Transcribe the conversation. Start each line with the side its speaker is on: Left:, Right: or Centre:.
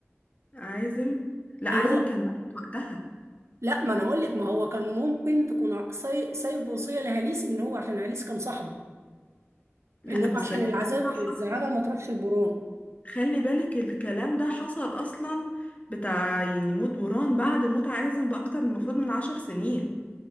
Left: عازم لا
Right: اللي
Left: عازم
Right: هو
Left: كان ميت وقتها
Right: لا ما أنا هقول لك ما هو كان ممكن تكون ع- ساي- سايب وصية لهاليس إن هو عشان هاليس كان صاحبه
Left: لا
Right: إن هو
Left: بس
Right: عشان
Left: ده الكلام
Right: العذاب
Left: ده حصل
Right: الزعامة ما تروحش لبران
Left: خلي بالك الكلام ده حصل اصلا بتاع يعني موت بوران بعد موت عازم باكتر من المفروض من عشر سنين